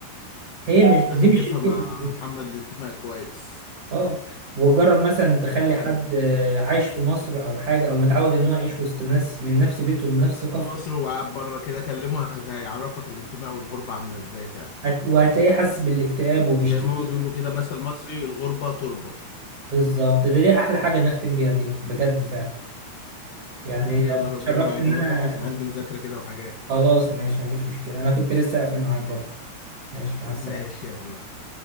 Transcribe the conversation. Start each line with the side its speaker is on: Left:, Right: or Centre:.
Right: هي مش
Left: لازم
Right: دي مش
Left: تفهم
Right: البيئه
Left: يا
Right: بتاعتها
Left: محمد الانتماء كويس
Right: اه وجرب مثلا تخلي
Left: عشان
Right: حد آه، عايش في مصر او حاجه او متعود ان هو يعيش وسط ناس من نفس بيئته ومن نفس ثقافته
Left: مصر وقعد بره كده كلمه هت- هيعرفك الانتماء والغربه عامله ازاي فعلا
Right: هت- وهتلاقيه حاسس بالاكتئاب وبيشتكي
Left: زي ما هما بيقولوا
Right: لك.
Left: كده مثل مصري الغربه تربه
Right: بالظبط ده دي احلى حاجه نختم بيها دي بجد فعلا يعني
Left: يلا ربنا
Right: اتشرفت
Left: معاك
Right: ان
Left: انا اروح
Right: انا
Left: عشان عندي مذاكره كده وحاجات
Right: خلاص ماشي مفيش مشكله انا كنت لسه قافل معاك برضه
Left: يلا
Right: ماشي مع
Left: ماشي
Right: السلامه
Left: يلا